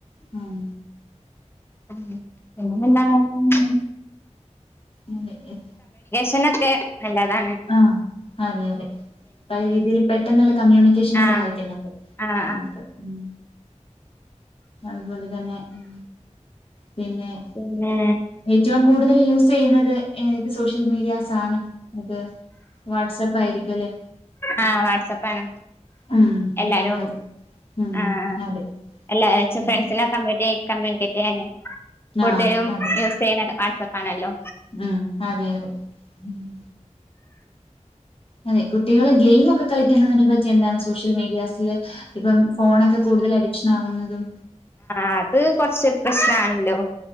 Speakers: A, on the left; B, on the left.
A: ആം
B: <unintelligible>
A: മം വെജ്‌ജ
B: ചെക്കനൊക്കെ നല്ലതാ
A: ആ അതെ അതെ പല രീതിയിൽ പെട്ടെന്നുള്ള കമ്മ്യൂണിക്കേഷന്
B: ആഹ്
A: സഹായിക്കുന്നുണ്ട്
B: ആഹ്
A: നമക്ക്
B: ആഹ്
A: ഉം അതുപോലെ തന്നെ ഉം പിന്നെ എ
B: പിന്നെ
A: ഏറ്റവും കൂടുതൽ യൂസ് ചെയ്യുന്നത് ഏത് സോഷ്യൽ മീഡിയാസ് ആണ് അത് വാട്സ്ആപ്പ് ആയിരിക്കും അല്ലേ
B: ആ വാട്സ്ആപ്പ് ആണ്
A: ഉം
B: എല്ലാരും
A: ഞാനും അതെ ഉം
B: ആ
A: അതെ
B: എല്ലാ
A: ഉം
B: ഫ്രണ്ട്സിനെ കമ്യണികേറ്റ് കമ്മ്യൂണിക്കേറ്റ് ചെയ്യാനേ കൂടുതലും
A: ആഹ് അതെ
B: യൂസ് ചെയ്യണേ വാട്സആപ്പ് ആണല്ലോ
A: ഉം അതെ അതെ ഉം അതെ കുട്ടികളെ ഗെയിംഒക്കെ കളിക്കുന്നതിനെ പറ്റി എന്താണ് സോഷ്യൽ മീഡിയാസിൽ ഇപ്പം ഫോണൊക്കെ കൂടുതൽ അഡിക്ഷൻ ആവുന്നത് ഉം
B: ആ അത് കൊറച്ച് പ്രശ്‌നാണല്ലോ